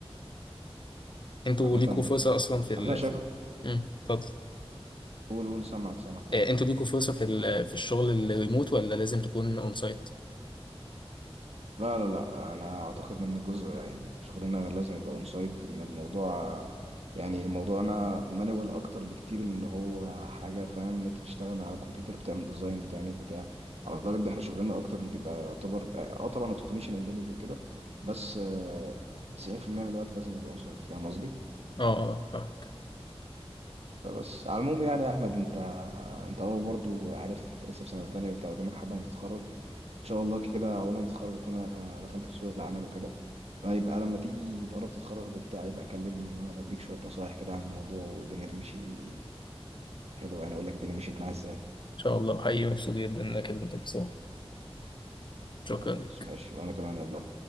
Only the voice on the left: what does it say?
انتوا
ليكوا
فرصة اصلا في ال
في مم، اتفضل
آه، انتوا ليكوا فرصة في ال في الشغل الريموت ولا لازم تكون اون سايت
اه اه فاهمك
ان شاء الله حقيقي مبسوط جدا انك كلمتك بصراحة شكرا
ليك